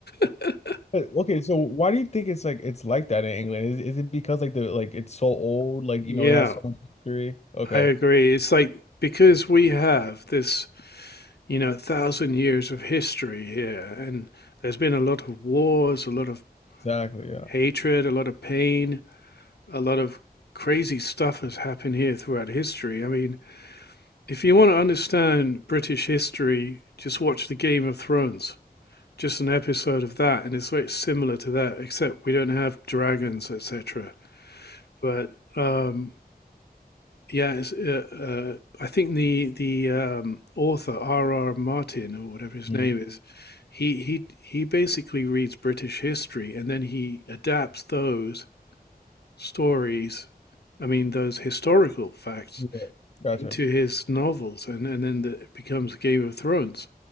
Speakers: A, on the left; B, on the left.
A: <laughs>
B: Okay, so why do you think it's like it's like that in England? Is is it because like the like it's so old, like you
A: Yeah,
B: know, it has so much history? Okay,
A: I agree. It's like because we have this, you know, thousand years of history here, and there's been a lot of wars, a lot of
B: exactly. Yeah.
A: hatred, a lot of pain. a lot of crazy stuff has happened here throughout history. I mean, if you want to understand British history, just watch the Game of Thrones, just an episode of that, and it's very similar to that, except we don't have dragons, etc. But um, yeah, it's, uh, uh, I think the the um, author R. R. Martin or whatever his
B: Mhm.
A: name is, he he he basically reads British history and then he adapts those stories, I mean those historical facts,
B: Yeah. Gotcha.
A: into his novels, and and then the, it becomes Game of Thrones.